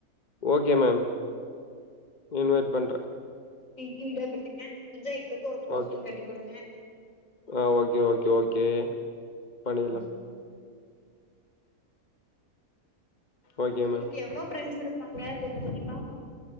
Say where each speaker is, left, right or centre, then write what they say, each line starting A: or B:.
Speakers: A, on the left (about 35°); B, on the left (about 65°).
A: ஓகே மேம் இன்வைட் பண்றே.
B: பெரிய வீடா கட்டுங்க முடிஞ்சா எங்குளுக்கு ஒரு போர்ஷன்
A: ஓகே.
B: கட்டி குடுங்க.
A: ஆ ஓகே ஓகே ஓகே பண்ணிர்லா.
B: ம்
A: ஓகே
B: உங்குளுக்கு
A: மேம்.
B: எவ்ளோ ப்ரெண்ஸ் இருப்பாங்க குத்துமதிப்பா?